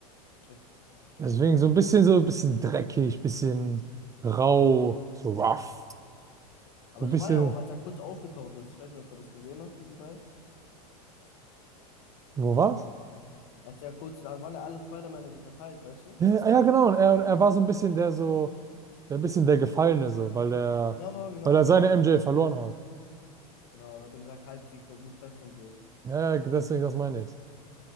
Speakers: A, on the left; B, on the right.
A: Check. Ich verstehe,
B: Deswegen
A: glaube ich,
B: so
A: wie
B: ein
A: das.
B: bisschen so ein bisschen dreckig, bisschen rau, so rough.
A: Aber
B: So ein
A: so
B: bisschen,
A: war ja auch, als er kurz aufgetaucht ist. Ich weiß nicht, ob du das gesehen hast, diesen Teil.
B: wo war's?
A: Als er kurz, da waren ja alle Spider-Männer so verteilt, weißt du?
B: Ja, ja, genau. Und er, und er war so ein bisschen der so. Der ein bisschen der Gefallene so, weil er,
A: Genau, genau,
B: weil
A: genau,
B: er seine
A: genau.
B: MJ verloren hat.
A: Genau, dann hat er gesagt, halt sie gut fest und so.
B: Ja, deswegen, das meine ich.